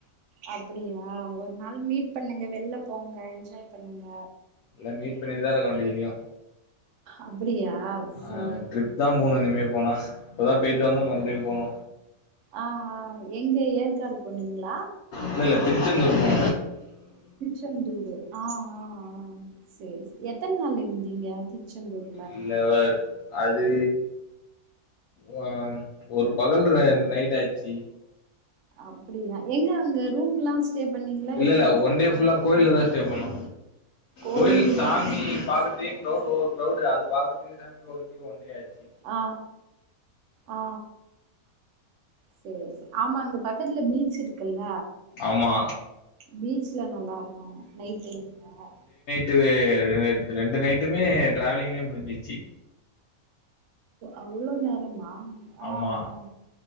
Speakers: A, on the right; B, on the left.
A: அப்டியா ஒரு நாள் மீட் பண்ணுங்க வெள்ல போங்க என்ஜாய் பண்ணுங்க
B: எல்லா மீட் பண்ணிட்டு தா இருக்கோ டெய்லியு
A: அப்டியா சேரி
B: ஆ ட்ரிப் தா போணு இனிமே போனா இப்பதா பேய்ட்டு வந்தோ மறுபடியு போணு
A: ஆ ஆ எங்க ஏற்காடு போனீங்ளா
B: இல்ல இல்ல திருச்செந்தூர்தா
A: திருச்செந்தூரு ஆ ஆ ஆ சரி எத்தன் நாள் இருந்தீங்க திருச்செந்தூர்
B: இல்ல அது ஒ ஒரு பகல் ரெண்டு நைட் ஆயிச்சு
A: அப்டியா எங்க அங்க ரூம் எல்லா ஸ்டே பண்ணீங்களா
B: இல்ல
A: எப்டி
B: இல்ல ஒன் டே ஃபுல்லா கோயில்ல தா ஸ்டே பண்ணோ
A: கோயில்லே
B: கோயில் சாமி
A: இருந்து
B: பாத்துட்டு கிரவுடு ஓவர் கிரவுடு அது பாக்குரத்துக்கு சாமி பாக்கறதுக்கு ஒண்டேயாச்சு
A: ஆ ஆ சேரி சேரி ஆமா அங்க பக்கத்துல பீச்சு இருக்குல்ல
B: ஆமா
A: பீச்ல நல்லா இருக்கு நைட் டைம்ல
B: து ரெண்டு நைட்டுமே டிராவலிங்லயே முடிஞ்சிச்சு
A: அவ்ளோ நேரமா ஆ
B: ஆமா
A: ஆ